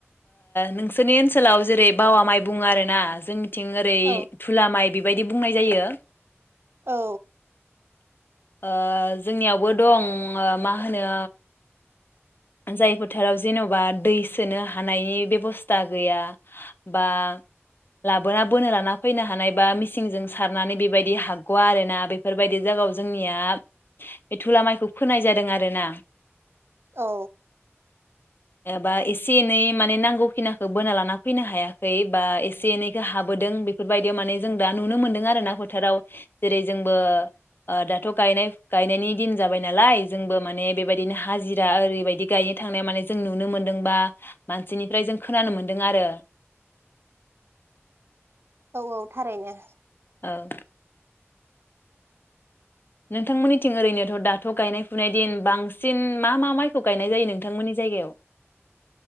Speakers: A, on the left; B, on the right.
A: नोंसोरनि ओनसोलाव जेरै बावा माइ बुङो आरोना जोंनि ओरै
B: औ
A: थुला माइ बि बेबायदि बुंनाय जायो।
B: औ
A: ओ जोंनियावबो दं मा होनो जाय फोथाराव जेन'बा दै सोनो हानायनि बेबस्था गैया बा लाबोना बोनो लाना फैनो हानाय बा मेचिनजों सारनानै बेबायदि हागग'वा आरोना बेफोरबायदि जायगायाव जोंनिया बे थुला माइखौ फोनाय जादों आरोना।
B: औ
A: एबा एसे एनै माने नांगौ खिनिखौ बोना लाना फैनो हायाखै बा एसे एनैखौ हाबोदों बेफोरबायदियाव माने जों दा नुनो मोनदों आरोना फोथाराव जेरै जोंबो ओ दाथ गायनाय गायनायनि दिन जाबाय नालाय जोंबो माने बेबायदिनो हाजि दा ओरैबायदि गायनो थांनाय माने जों नुनो मोन्दोंबा मानसिनिफ्राय जों खोनानो मोन्दों आरो
B: औ औ थारैनो
A: औ नोंथांमोननिथिं ओरैनोथ दाथ गायनाय फुनाय दिन बांसिन मा मा माइखौ गायनाय जायो नोंथांमोननि जायगायाव